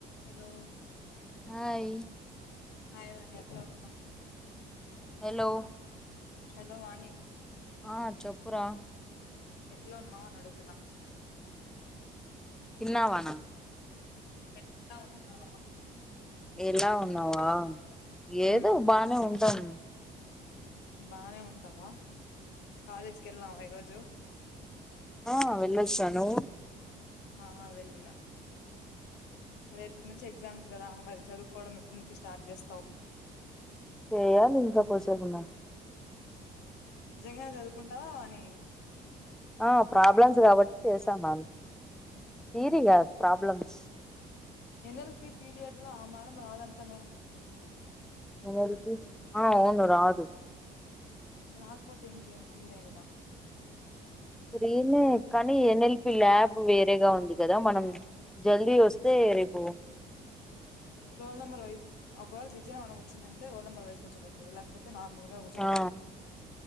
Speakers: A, on the left; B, in the centre.
A: Hello
B: hi
A: hi <inaudible> ఎట్లా ఉన్నావ్
B: hello
A: hello వాని
B: ఆ చెప్పురా
A: ఎట్లా ఉన్నావాో నడుగుతునా
B: చిన్నావానా
A: ఎట్లా ఉన్నావు
B: ఎలా ఉన్నావా ఏదో
A: ఉమ్
B: బానే ఉంటాం
A: బానే ఉంటావా కాలేజ్కి వెళ్ళావా ఈరోజు
B: ఆ వెళ్ళిఅచ్చిన నువ్వు
A: ఆ అ వెళ్లినా రేపటి నుంచి ఎగ్జామ్స్ కదా మరి చదువుకోవడం ఇప్పటి నుంచి స్టార్ట్ చేస్తావు
B: చేయాలి ఇంకా కూర్చొనివున్న
A: నిజంగానే చదువుకుంటావా అని
B: ఆ ప్రాబ్లమ్స్ కాబట్టి చేసాం అం తీరియ్య
A: ఉహు
B: ప్రాబ్లమ్స్
A: ఎన్ఎల్పి పీరియడ్ లో ఆ మేడం రాదంటనే
B: ఎవరకి ఆ అవును రాదు
A: రాకపోతే ఇంకేం ఫ్రీ ఏ కదా
B: పెరుగన్నం కానీ ఎన్ఎల్పి ల్యాబ్ వేరేగా ఉంది కదా మనం జల్దీ వస్తు వస్తే ఏరపో
A: రోల్ నెంబర్ వైస్ ఒకవేళ జిజ మనం వచ్చిందంటే రోల్ నెంబర్ వైస్ గా కూర్చబెడతది లేకపోతే నార్మల్ గా కూర్చోబెడుతది
B: ఆ